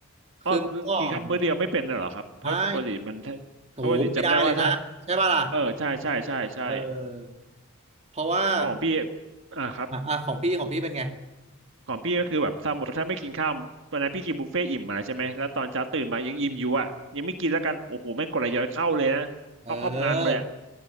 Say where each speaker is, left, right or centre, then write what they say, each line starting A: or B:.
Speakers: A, on the right; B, on the right.
A: คือเมื่อก่อน
B: อ๋อคือกินข้าวมื้อเดียวไม่เป็นน่ะเหรอครับเพราะปกติมันถ้าเพราะปกติจำได้ว่าถ้า
A: ใช่ถูไม่ได้เลยนะใช่ป่ะล่ะ
B: เออใช่ใช่ใช่ใช่
A: เออเพราะว่า
B: เพราะของพี่อ่าครับ
A: อ่ะอ่ะของพี่ของพี่เป็นไง
B: ของพี่ก็คือแบบสมมติถ้าไม่กินข้าววันนั้นพี่กินบุฟเฟ่ต์อิ่มมาใช่ไหมแล้วตอนเช้าตื่นมายังอิ่มอยู่อ่ะยังไม่กินแล้วกันโอ้โหแม่งกดไหลย้อนเข้าเลยนะเข้าครอบงานมาเลยอะ
A: เออ